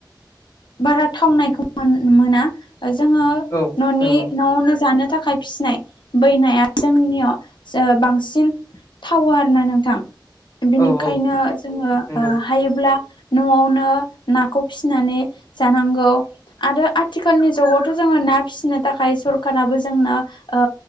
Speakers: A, on the left; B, on the left.
A: बारा थावनायखौ मोन मोना जोङो
B: औ
A: न'नि
B: नंगौ
A: न'आवनो जानो थाखाय फिसिनाय बैनाया जोंनियाव ओ बांसिन थावो आरो ना नोंथां बिनिखायनो
B: औ औ
A: जोङो
B: नंगौ
A: ओ हायोब्ला न'आवनो नाखौ फिसिनानै जानांगौ आरो आथिखालनि जुगावथ' जोङो ना फिसिनो थाखाय सरखाराबो जोंनो ओ